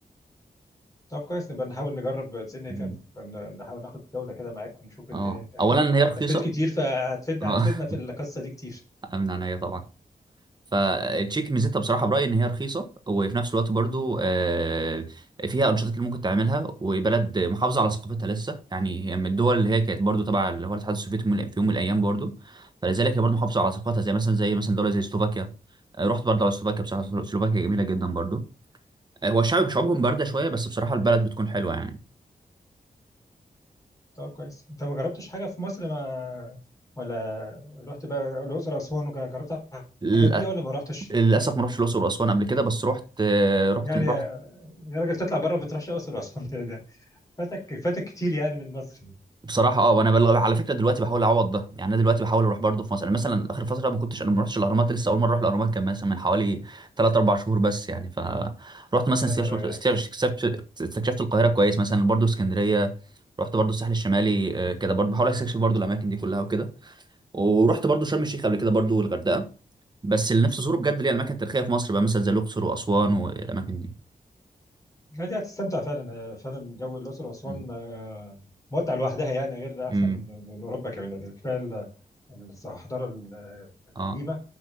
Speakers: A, on the left; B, on the right.
A: طب كويس نبقى نحاول نجرب الدنيا
B: مهم.
A: كده فن- نحاول ناخد جولة كده معاك ونشوف الدنيا
B: اه
A: أنت
B: اولا هي رخيصه
A: لفيت كتير فهتفيد
B: <laughs>
A: هتفيدنا في القصة دي كتير
B: من عينيا طبعا فالتشيك ميزتها بصراحه برايي ان هي رخيصه وفي نفس الوقت برضو آه، فيها انشطه كتير ممكن تعملها وبلد محافظه على ثقافتها لسه يعني هي من الدول اللي هي كانت برضو تبع اللي هو الاتحاد السوفيتي من- في يوم من الايام برضو فلذلك هي برضو محافظه على ثقافتها زي مثلا زي مثلا دوله زي سلوفاكيا آه، رحت برضو على سلوفاكيا بصراحه سلوفاكيا جميله جدا برضو آه، هو الشعب شعوبهم بارده شويه بس بصراحه البلد بتكون حلوه يعني
A: طب كويس أنت ما جربتش حاجة في مصر ما ولا رحت بقى الأقصر وأسوان وجربت
B: للأ-
A: الحاجات دي ولا ما رحتش؟
B: للاسف ما رحتش الاقصر واسوان قبل كده بس رحت آه، رحت
A: يعني
B: رحت
A: يا راجل تطلع بره ما بتروحش الأقصر وأسوان <laughs> ده ده فاتك فاتك كتير يعني من مصر
B: بصراحه اه وانا بل... على فكره دلوقتي بحاول اعوض ده يعني انا دلوقتي بحاول اروح برضه في مصر انا مثلا اخر فتره ما كنتش انا ما رحتش الاهرامات لسه اول مره اروح الاهرامات كان مثلا من حوالي 3 4 شهور بس يعني ف رحت مثلا
A: يا
B: استكشف-
A: نهار
B: استكشف-
A: أبيض.
B: استكشف- استكشفت القاهره كويس مثلا برضه اسكندريه رحت برضه الساحل الشمالي آه، كده برضه بحاول استكشف برضه الاماكن دي كلها وكده ورحت برضه شرم الشيخ قبل كده برضه والغردقه بس اللي نفسي ازوره بجد اللي
A: اه
B: هي الاماكن التاريخيه في مصر بقى مثلا زي الاقصر واسوان والاماكن دي
A: لا دي هتستمتع فعلا آه، فعلا جو الأقصر وأسوان
B: امم
A: آه، متعة لوحدها يعني غير أحسن
B: أمم.
A: من أوروبا كمان يعني كفاية ال- الحضارة القديمة
B: اه